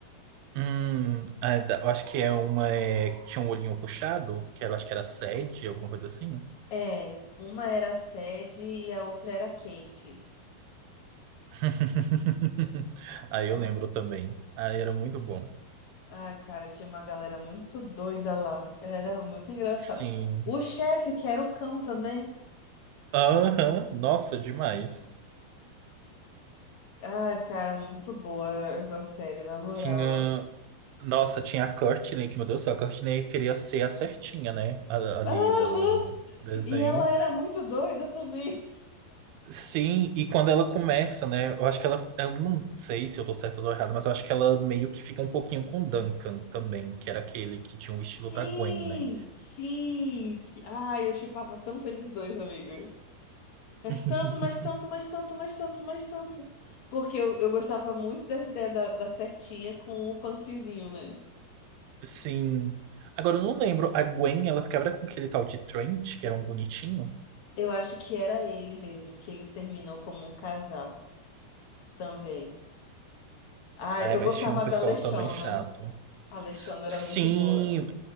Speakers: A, on the right (about 80°); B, on the left (about 70°).
A: Hum, a da- eu acho que é uma, é, que tinha um olhinho puxado, que ela acho que era sede, alguma coisa assim.
B: É, uma era a Sadie e a outra era a Kate.
A: <laughs> Aí
B: Ah,
A: eu lembro também. Aí era muito bom.
B: ah, cara, tinha uma galera muito doida lá. Era muito engraçado.
A: Sim.
B: O chefe, que era o cão também.
A: Aham, Nossa, demais.
B: Ah, cara, muito boa essa série, na moral,
A: Tinha.
B: ó.
A: Nossa, tinha a Courtney, que meu Deus do céu, a Courtney queria ser a certinha, né? a- Ali
B: Aham!
A: do desenho.
B: E ela era muito doida também. <laughs>
A: Sim, e quando ela começa, né? Eu acho que ela. Eu não sei se eu tô certo ou errado, mas eu acho que ela meio que fica um pouquinho com o Duncan também, que era aquele que tinha o estilo
B: Sim,
A: da Gwen, né?
B: sim. Que... Ai, eu chipava tanto eles dois, amiga. Mas
A: <laughs>
B: tanto, mas tanto, mas tanto, mas tanto, mas tanto. Porque eu, eu gostava muito dessa ideia da, da certinha com o punkzinho, né?
A: Sim. Agora eu não lembro, a Gwen, ela ficava com aquele tal de Trent, que era um bonitinho.
B: Eu acho que era ele mesmo, que eles terminam como um casal também. Ah,
A: Ai,
B: eu
A: mas
B: gostava
A: tinha um
B: da
A: pessoal
B: Alexona.
A: também chato.
B: A Alexona era
A: Sim,
B: muito boa.